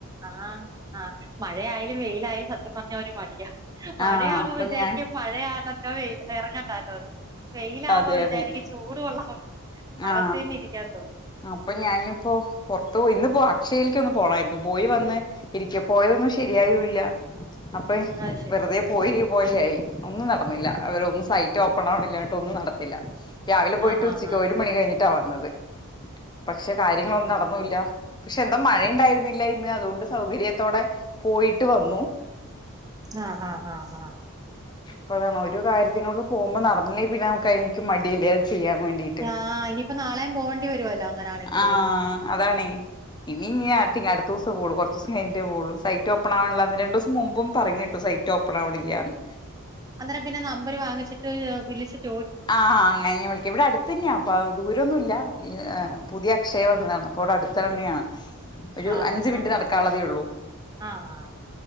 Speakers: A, on the right (about 15°); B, on the left (about 20°).
A: ആഹ് ആഹ് മഴയാലും വെയിലായാലും സത്യം പറഞ്ഞാ ഒര് മടിയാ മഴയാവുമ്പോ
B: ആ അപ്പൊ
A: വിചാരിക്കും
B: ഞാൻ
A: മഴയാണല്ലോ വെ എറങ്ങട്ടല്ലോന്ന് വെയില ആവാമ്പോ
B: അതെ
A: വിചാരിക്കും
B: അതെ
A: ചൂടുകൊള്ളാ അകത്തു
B: ആ
A: തന്നെ ഇരിക്ക്യം തോന്നും
B: അപ്പൊ ഞാനി ഇപ്പോ പൊറത്ത് പോയി ഇന്ന് ഇപ്പോ അക്ഷയിലോക്ക് ഒന്ന് പോണാരുന്നു പോയി വന്ന് ഇരിക്ക പോയതൊന്നും ശരിയായൂല്ലാ അപ്പൊ
A: അത് ശെരിയാ
B: വെറുതെ പോയി പോലെയായി ഒന്നും നടന്നില്ലാ അവരൊന്നും സൈറ്റ് ഓപ്പാണില്ലാഞ്ഞ്ട്ട് ഒന്നും നടന്നില്ലാ രാവിലെ പോയിട്ട്
A: ആഹ് ആഹ്
B: ഉച്ചക്ക്
A: ആഹ്
B: ഒരു മണി കഴിഞ്ഞിട്ടാ വന്നത് പശെ കാര്യങ്ങളൊന്നും നടന്നു ഇല്ലാ പക്ഷെ എന്താ മഴയുണ്ടായിരുന്നില്ല ഇന്ന് അതുകൊണ്ട് സൗകര്യത്തോടെ പോയിട്ട് വന്നു
A: ആഹ് ആഹ് ആഹ് ആഹ്
B: അപ്പൊ അതാണ് ഒരു കാര്യങ്ങളൊക്കെ പോകുമ്പോ നടന്നേ പിന്നെ നമുക്ക് അയ്നിക്ക് മടിയല്ലേ ചെയ്യാൻ വേണ്ടീട്ട്
A: ആ ഇനിയിപ്പോ നാളെയും പോവേണ്ടി വരുല്ലോ അങ്ങനൊണെങ്കില്
B: ആഹ് അതാണേ ഇനി <unintelligible> അടുത്ത ദിവസം പോവൊള്ളു കുറച് ദിവസം കയിഞ്ഞിട്ടേ പോകുള്ളൂ സൈറ്റ് ഓപ്പൺ ആവണില്ലാന്ന് രണ്ട് ദിവസം മുമ്പും പറിണേട്ടു സൈറ്റ് ഓപ്പൺ ണാവിണില്ലാന്ന്
A: അന്നേരം പിന്നെ നമ്പര് വാങ്ങിച്ചിട്ട് വിളിച്ചിട്ട്
B: ആ കഴിഞ്ഞ് വിളിക്ക ഇവിടെ അടുത്ത് തന്നെയാണ് അപ്പോൾ ദൂരൊന്നുല്ല ഇ ഈ പുതിയ അക്ഷയ വന്നതാണ് അപ്പോൾ അവിടെ അടുത്ത് തന്നെയാണ്
A: <inaudible>
B: ഒരു അഞ്ചു മിനിറ്റ്
A: ആഹ്
B: നടക്കുള്ളതേ ഉള്ളൂ
A: ആഹ് ആഹ്